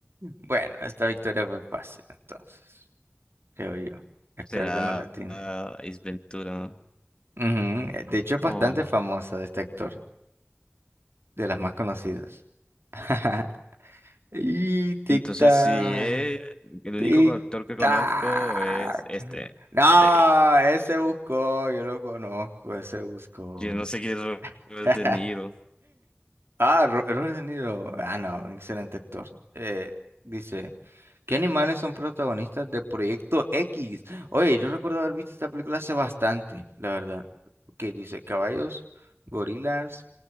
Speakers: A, on the right; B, on the left.
A: Bueno, esta victoria fue fácil, entonces. creo yo. Espero
B: será
A: que no la tiene.
B: ah, Ace Ventura.
A: Ujú, eh, De hecho, es bastante
B: Oh.
A: famosa de este actor, de las más conocidas. <laughs> Y tic-tac,
B: Entonces, si es el único
A: tic-tac.
B: actor que conozco es este.
A: No,
B: Sí.
A: ese buscó, yo lo conozco, ese buscó.
B: Yo no sé quién es Robert
A: <laughs>
B: De Niro.
A: Ah, Ro- Robert De Niro. Ah, no, excelente actor. Eh, dice, ¿qué animales son protagonistas de Proyecto X? Oye, yo recuerdo haber visto esta película hace bastante, la verdad. Que dice caballos, gorilas,